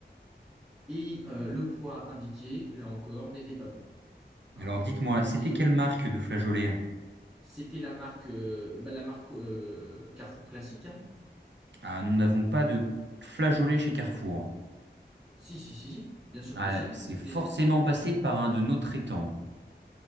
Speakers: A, in the centre; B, on the right (about 80°).
A: Et euh, le poids indiqué, là encore, n'était pas bon. hein.
B: Alors dites-moi,
A: Il y
B: c'était
A: avait,
B: quelle marque de flageolet?
A: c'était la marque, euh, bah, la marque euh, Carrefour classique. hein.
B: Ah, nous n'avons pas de flageolet chez Carrefour.
A: Si, si, si, bien sûr
B: Ah,
A: que si. Vous
B: c'est
A: en
B: forcément
A: avez.
B: passé par un de nos traitants,